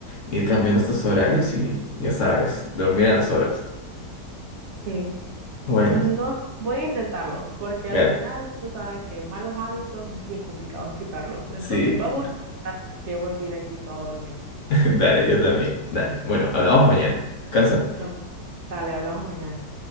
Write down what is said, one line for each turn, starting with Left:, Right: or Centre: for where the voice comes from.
Left: ir cambiando estos horarios y, ya sabes, dormir a las horas.
Right: Sí.
Left: Bueno,
Right: No, s- voy a intentarlo, porque
Left: gana.
Right: al final tú sabes que malos hábitos, bien complicados quitarlos. Entonces
Left: Sí,
Right: vamos a intentar que voy directito a dormir.
Left: <laughs> dale, yo también. Dale. Bueno, hablamos mañana. Descansa.
Right: No, dale, hablamos mañana.